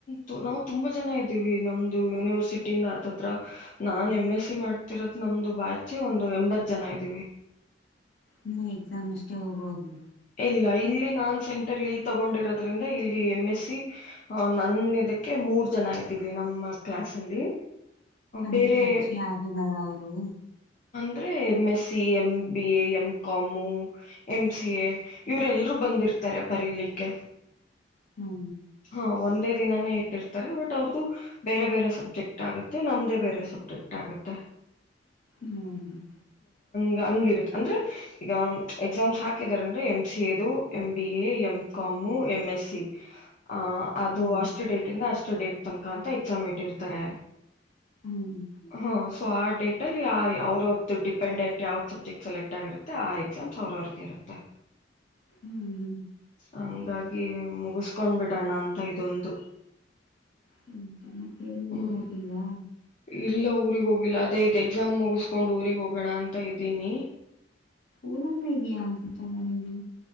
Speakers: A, on the left (about 45°); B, on the left (about 70°).
A: ನಾ ನಾವು ತುಂಬಾ ಜನ ಇದ್ದೀವಿ ನಮ್ದು ಯೂನಿವರ್ಸಿಟಿಯಿಂದ ಆತ್ ಆತ್ರ ನಾನ್ ಎಮ್ ಎಸ್ ಸಿ ಮಾಡ್ತಿರೋದ್ ನಮ್ದು ಬ್ಯಾಚ ಒಂದು ಎಂಬತ್ ಜನ ಇದ್ದೀವಿ
B: ನೀ ಎಕ್ಸಾಮ್ ಅಷ್ಟೇ ಹೋಗೋದು
A: ಇಲ್ಲ ಇಲ್ಲಿ ನಾನ್ ಸೆಂಟರ್ ಇಲ್ಲಿ ತಗೊಂಡಿರೋದ್ರಿಂದ ಇಲ್ಲಿ ಎಮ್ ಎಸ್ ಸಿ ಅ ನನ್ನಕ್ಕೆ ಮೂರ್ ಜನ ಇದ್ದೀವಿ ನಮ್ಮ ಕ್ಲಾಸ್ ಅಲ್ಲಿ
B: ಅಂದ್ರೆ
A: ಬೇರೆ
B: ಪರಿಚಯ ಆಗಿದಾರ ಅವರು
A: ಅಂದ್ರೆ M S C M B A M com M C A ಇವ್ರ ಎಲ್ರುೂ ಬಂದಿರ್ತಾರೆ ಬರಿಲಿಕ್ಕೆ
B: ಹ್ಮ
A: ಹಾ ಒಂದೇ ದಿನಾನೇ ಇಟ್ಟಿರ್ತಾರೆ ಬಟ್ ಅವ್ರದುು ಬೇರೆ ಬೇರೆ ಸಬ್ಜೆಕ್ಟ್ ಆಗುತ್ತೆ ನಮ್ದೇ ಬೇರೆ ಸಬ್ಜೆಕ್ಟ್ ಆಗುತ್ತೆ
B: ಹ್ಮ್ ಹ್ಮ
A: ಈ ಅಂಗಿರುತ್ತ ಅಂದ್ರೆ ಈಗ ಎಕ್ಸಾಮ್ಸ್ ಹಾಕಿದಾರೆ ಅಂದ್ರೆ ಎಂ ಸಿ ಎ ದು M B A M com M S C. ಹ ಅದು
B: ಹ್ಮ್
A: ಅಷ್ಟು ಡೇಟ್ ಇಂದ ಅಷ್ ಡಡೆಟ್ ತನಕ ಅಂತ ಎಕ್ಸಾಮ್ ಇಟ್ಟಿರ್ತಾರೆ
B: ಹ್ಮ್ ಹ್ಮ್
A: ಹ ಸ ಟ್ ಅ ಅವ್ರ ಅವ್ರ್ದು ಡಿಪೆಂಡೆಂಟ್ ಯಾವ್ ಸಬ್ಜೆಕ್ಟ್ ಸೆಲೆಕ್ಟ್ ಆಗಿರುತ್ತೆ ಆ ಎಕ್ಸಾಮ್ಸ್ ಅವ್ರ ಅವ್ರಗೆ ಇರುತ್ತೆ
B: ಹ್ಮ್ ಹ್ಮ್
A: ಹಂಗಾಗಿ ಮುಗಸ್ಕೊಂಡ್ ಬಿಿಟ್ಟು ಡಣ ಅಂತ ಇದೊಂದು
B: ಹ್ಮ್ ಜನಕ್ಕೆ ಊರಿಗೆ
A: ಹ್ಮ್
B: ಹೋಗಿಲ್ವಾ
A: ಇಲ್ಲ ಊರಿಗೆ ಹೋಗಿಲ್ಲ ಅದೇ ಇ ಎಕ್ಸಾಮ್ ಮುಗಿಸ್ಕೊಂಡು ಊಗ್ ಹೋಗೋಣ ಅಂತ ಇದ್ದೀನಿ
B: ಊದಂದ ಇದ ಅನ್ಸತಲ್ಲ ನೀನು